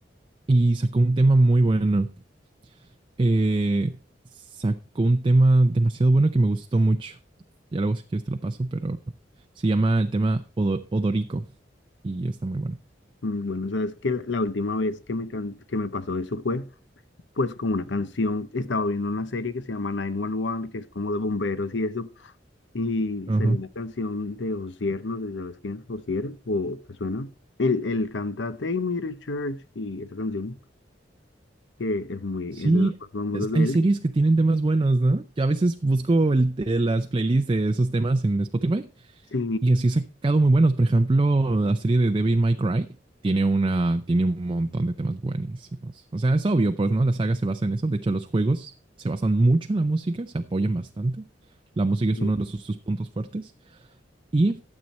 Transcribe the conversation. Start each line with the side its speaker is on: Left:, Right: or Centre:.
Right: y sacó un tema muy bueno. Eh, sacó un tema demasiado bueno que me gustó mucho. Ya luego si quieres te lo paso, pero se llama el tema Odo- Odorico y está muy bueno.
Left: Mm, Bueno, sabes que la la última vez que me, can- que me pasó eso fue pues con una canción, estaba viendo una serie que se llama 911, que es como de bomberos y eso, Y
Right: Ajá.
Left: salió una canción de Osier, no sé si sabes quién, Osier, o te suena. Él, él canta Take Me to Church y esa canción, que es muy,
Right: Sí,
Left: es de las más famosas
Right: es-
Left: de
Right: hay
Left: él.
Right: series que tienen temas buenos, ¿no? Yo a veces busco el- eh, las playlists de esos temas en Spotify
Left: Sí,
Right: Y así he sacado muy buenos. Por ejemplo, la serie de Devil May Cry tiene una, tiene un montón de temas buenísimos. O sea, es obvio, pues, ¿no? La saga se basa en eso. De hecho, los juegos se basan mucho en la música, se apoyan bastante. La música es
Left: sí,
Right: uno de sus, sus puntos fuertes y